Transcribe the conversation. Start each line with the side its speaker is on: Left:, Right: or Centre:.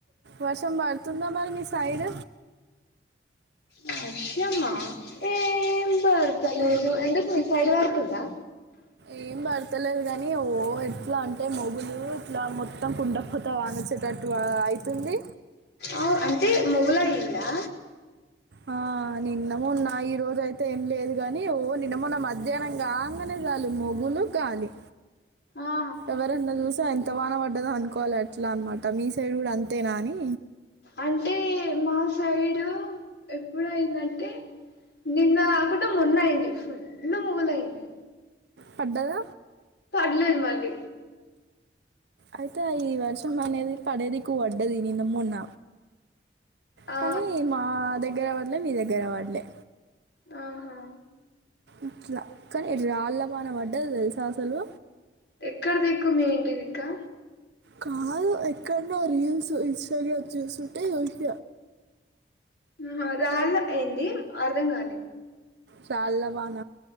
Right: వర్షం పడుతుందా మరి మీ సైడ్
Left: వర్షమా ఏం పడతలేదు ఎందుక్ మీ సైడ్ పడుతుందా
Right: ఏం పడతలేదు కాని ఓ ఎట్లా అంటే మొగులు ఇట్లా మొత్తం కుండపోత వాన అచ్చటట్టువ అయితుంది.
Left: అ అంటే మొగల్ అయిందా?
Right: ఆ నిన్నమొన్న ఈ రోజ అయితే ఏం లేదు గాని, ఓ నిన్నమొన్న మధ్యాహ్నం కాంగానే జ మొగలు, గాలి
Left: ఆ
Right: ఎవరన్నా చూశా ఇంతవాన పడ్డదో అనుకోవాలి ఎట్లా అనమాట మీ సైడ్ కూడా అంతేనాని
Left: అంటే మా సైడు ఎప్పుడ అయిందంటే నిన్న కాకుండా మొన్న అయింది ఫుల్ మొగలయింది.
Right: పడ్డద
Left: పడలేదు మళ్ళీ
Right: అయితే ఈ వర్షం అనేది పడేదిక్కు పడ్డది నిన్న మొన్న.
Left: ఆ
Right: కానీ మా దగ్గర పడలే, మీ దగ్గర పడలే
Left: ఆహా
Right: ఇట్లా కానీ రాళ్ళవాన పడ్డది తెలుసా అసలు
Left: ఎక్కడ దిక్కు మీ ఇంటి దిక్కా
Right: కాదు ఎక్కడనో రీల్స్ ఇన్స్టాగ్రామ్ చూస్తుంటే వచ్చ
Left: ఉహ రాళ్ళ ఏంది అర్ధంగాలె
Right: చాల్ల వాన